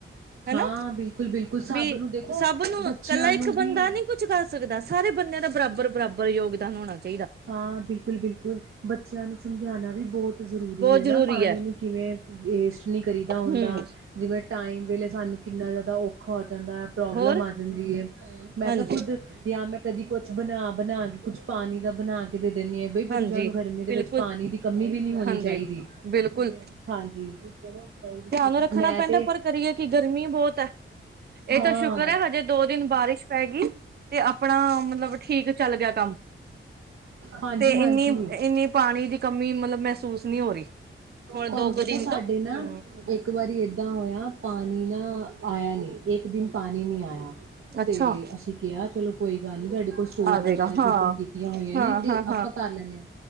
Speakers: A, on the right (about 50°); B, on the right (about 75°).
A: ਹਨਾ
B: ਹਾਂ ਬਿਲਕੁਲ -ਬਿਲਕੁਲ ਸਭ
A: ਵੀ
B: ਨੂੰ ਦੇਖੋ
A: ਸਭ ਨੂੰ
B: ਬੱਚਿਆਂ
A: ਇਕੱਲਾ
B: ਨੂੰ
A: ਇੱਕ ਬੰਦਾ
B: ਵੀ
A: ਨੀ ਕੁੱਝ ਕਰ ਸਕਦਾ ਸਾਰੇ ਬੰਦਿਆਂ ਦਾ ਬਰਾਬਰ-ਬਰਾਬਰ ਯੋਗਦਾਨ ਹੋਣਾ ਚਾਹੀਦਾ
B: ਹਾਂ ਬਿਲਕੁਲ -ਬਿਲਕੁਲ ਬੱਚ ਬੱਚਿਆਂ ਨੂੰ ਸਮਝਾਉਣਾ ਵੀ ਬਹੁਤ ਜ਼ਰੂਰੀ
A: ਬਹੁਤ
B: ਹੈ
A: ਜ਼ਰੂਰੀ
B: ਨਾ ਪਾਣੀ
A: ਹੈ
B: ਨੂੰ ਕਿਵੇਂ ਵੇਸਟ ਨਹੀਂ ਕਰੀਦਾ ਹੁੰਦਾ
A: ਹਮ
B: ਜਿਵੇਂ ਟਾਈਮ ਵੇਲੇ ਸਾਨੂੰ ਕਿੰਨਾ ਜ਼ਿਆਦਾ ਔਖਾ ਜਾਂਦਾ, ਪ੍ਰੋਬਲਮ
A: ਹੋਰ
B: ਆ ਜਾਂਦੀ ਹੈ। ਮੈਂ
A: ਹਾਂਜੀ
B: ਤਾਂ ਖੁਦ ਜਾਂ ਮੈਂ ਕਦੀ ਕੁੱਛ ਬਣਾ ਬਣਾ ਕੇ ਕੁੱਛ ਪਾਣੀ ਦਾ ਬਣਾ ਕੇ ਦੇ ਦੇਨੀ ਹਾਂ ਬਈ ਬੱਚਿਆਂ
A: ਹਾਂਜੀ
B: ਨੂੰ ਗਰਮੀ ਦੇ
A: ਬਿਲਕੁਲ
B: ਵਿੱਚ ਪਾਣੀ ਦੀ ਕਮੀ ਵੀ ਨੀ ਹੋਣੀ
A: ਹਾਂਜੀ
B: ਚਾਹੀਦੀ,
A: ਬਿਲਕੁਲ
B: ਹਾਂਜੀ ਕਰੋ।
A: ਧਿਆਨ ਰੱਖਣਾ
B: ਮੈਂ
A: ਪੈਂਦਾ
B: ਤੇ,
A: ਪਰ ਕਰੀਏ ਕਿ ਗਰਮੀ ਬਹੁਤ ਹੈ ਇਹ
B: ਹਾਂ।
A: ਤਾਂ ਸ਼ੁਕਰ ਹੈ ਹਜੇ ਦੋ ਦਿਨ ਬਾਰਿਸ਼ ਪੈ ਗਈ ਤੇ ਆਪਣਾ ਮਤਲਬ ਠੀਕ ਚੱਲ ਗਿਆ ਕੰਮ
B: ਹਾਂਜੀ-ਹਾਂਜੀ
A: ਤੇ ਇੰਨੀ ਇੰਨੀ ਪਾਣੀ ਦੀ ਕਮੀ ਮਤਲਬ ਮਹਿਸੂਸ ਨਹੀਂ ਹੋ ਰਹੀ। ਹੋਰ
B: ਤੁਹਾਨੂੰ
A: ਦੋ ਕੁ
B: ਪਤਾ
A: ਦਿਨ
B: ਸਾਡੇ
A: ਤੋਂ ਹਮ
B: ਨਾ ਇੱਕ ਵਾਰੀ ਏਦਾਂ ਹੋਇਆ ਪਾਣੀ ਨਾ। ਆਇਆਂ ਨਹੀਂ ਇੱਕ ਦਿਨ ਪਾਣੀ ਨਹੀਂ ਆਇਆਂ।
A: ਅੱਛਾ
B: ਤੇ ਅਸੀਂ ਕਿਹਾ ਚਲੋ ਕੋਈ ਗੱਲ ਨੀ, ਤੁਹਾਡੇ ਕੋਲ ਸਟੋਰ
A: ਆ ਜਾਏਗਾ
B: ਵਗੈਰਾ ਚੀਜ਼ਾਂ।
A: ਹਾਂ
B: ਆਂ ਹੋਈਆਂ
A: ਹਾਂ
B: ਨੇ ਤੇ
A: ਹਾਂ
B: ਆਪਾਂ
A: ਹਾਂ
B: ਕਰ ਲੈਣੇ।